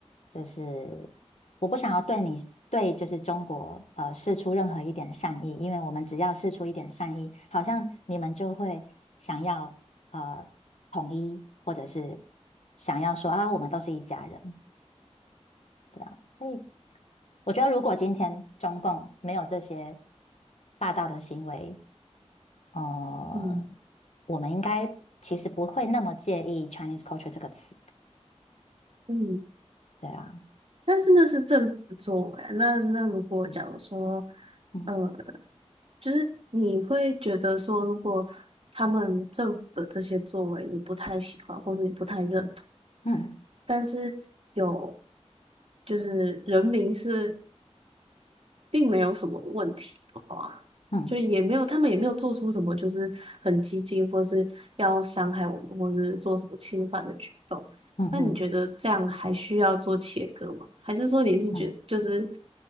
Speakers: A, on the left; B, on the right.
A: 就是我不想要对你对就是中国呃示出任何一点善意，因为我们只要示出一点善意，好像你们就会想要呃统一，或者是想要说啊，我们都是一家人，这样，所以我觉得如果今天中共没有这些霸道的行为，呃，
B: 嗯
A: 我们应该其实不会那么介意 Chinese culture 这个词，
B: 嗯，
A: 对啊，是
B: 但是那是政府的作为啊那那如果假如说，
A: 嗯嗯
B: 呃，就是你会觉得说，如果他们政府的这些作为你不太喜欢，或是你不太认同。
A: 嗯
B: 但是有就是人民是并没有什么问题的话，
A: 嗯
B: 就也没有他们也没有做出什么就是很激进或是要伤害我们或是做什么侵犯的举动。
A: 嗯嗯嗯
B: 那你觉得这样还需要做切割吗？还是说你是觉就是
A: 嗯